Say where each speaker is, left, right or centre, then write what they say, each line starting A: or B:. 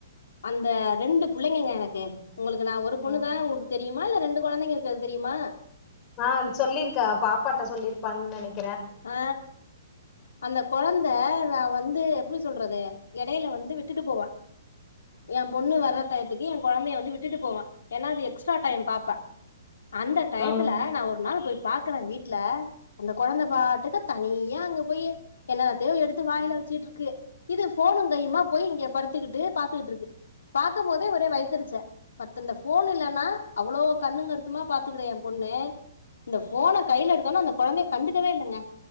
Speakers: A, on the left; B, on the left.
A: அந்த ரெண்டு புள்ளைங்கங்க எனக்கு உங்களுக்கு நா ஒரு
B: சொல்லுங்க
A: பொண்ணுதா உங்ளுக்கு தெரியுமா இல்ல ரெண்டு கொழந்தைங்க இருக்குறது தெரியுமா
B: ஆ சொல்லிருக்க பாப்பாட்ட சொல்லிருப்பா நனக்
A: அ அந்த கொழந்த நா வந்து எப்புடி சொல்றது எடைல வந்து விட்டுட்டு போவ ஏ பொண்ணு வர்ற டத்துக்கு ஏ கொழந்தய வந்து விட்டுட்டு போவ ஏன்னா அது எக்ஸ்ட்ரா டைம் பாப்ப அந்த டயத்துல
B: ம்
A: நா ஒரு நாள் போய் பாக்குற வீட்ல அந்த கொழந்த பாட்டுக்கு தனியா அங்க போயி என்னானத்தயோ எடுத்து வாயில வச்சீட்ருக்கு இது ஃபோனு கையுமா போய் இங்க படுத்துகுட்டு பாத்துக்குட்ருக்கு பாக்கமோதே ஒரே வைத்தெருச்ச பத் இந்த ஃபோன் இல்லனா அவ்ளோ கண்ணு கருத்துமா பாத்துக்குற ஏ பொண்ணே இந்த ஃபோன கைல எடுத்தோனா அந்த கொழந்தைய கண்டுக்கவே இல்லங்க